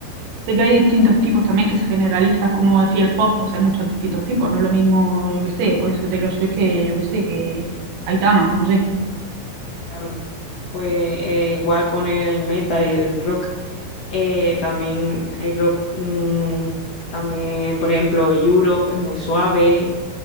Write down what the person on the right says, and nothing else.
sé que hay distintos tipos también que se generalizan, como decía el pop, pues hay muchos distintos tipos, no es lo mismo, yo qué sé, pues eso Taylor Swift que, yo qué sé, que Aitana, no sé.